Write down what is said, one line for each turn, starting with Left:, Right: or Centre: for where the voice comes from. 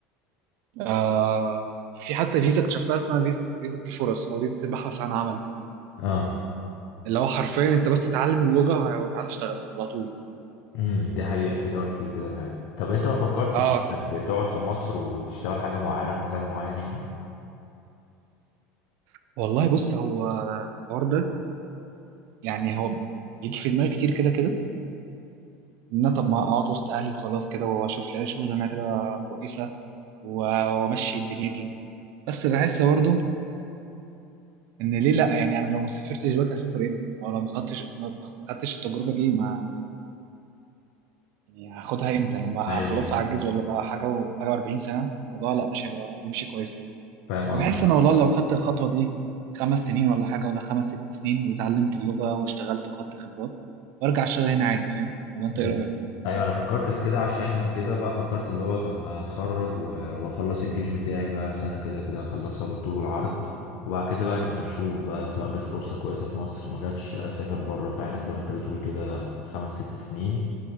Right: آه في حتى فيزا اكتشفتها اسمها فيز- فيزا الفرص او فيزا البحث عن عمل
Left: اه
Right: اللي هو حرفيا انت بس تتعلم اللغة وه- وتعالى اشتغل على طول
Left: امم دي حقيقة في دول كتير كده فعلا طب انت ما فكرتش
Right: اه
Left: ت- تقعد في مصر وتشتغل حاجة معينة في مجال معين يعني
Right: والله بص هو الحوار ده يعني هو بيجي في دماغي كتير كده كده ان انا طب ما اقعد وسط اهلي وخلاص كده واشوف لي اي شغل انا كده كويسة و- وامشي دنيتي بس بحس برضو ان ليه لا يعني انا لو ما سافرتش دلوقتي هسافر امتى او لو ما خدتش ما ما خدتش التجربه دي ما يعني هاخدها امتى لما ه-
Left: ايوه
Right: خلاص
Left: بالظبط
Right: هعجز ولا بقى حاجه وحاجه و40 سنه الموضوع لا مش هيبقى بيمشي كويس يعني
Left: فاهم قصدك
Right: فبحس انا والله لو خدت الخطوه دي خمس سنين ولا حاجه ولا خمس ست سنين وتعلمت اللغه واشتغلت وخدت خبرات وارجع اشتغل هنا عادي فاهم ولا انت
Left: مم.
Right: ايه رايك
Left: ايوه انا فكرت في كده عشان كده بقى فكرت اللي هو طب ما اتخرج و- واخلص الجيش بتاعي بقى سنة كده كده اخلصها بالطول والعرض وبعد كده بقى نبقى نشوف بقى سواء جت فرصة كويسة في مصر ما جاتش اسافر بره فعلا زي ما انت بتقول كده خمس ست سنين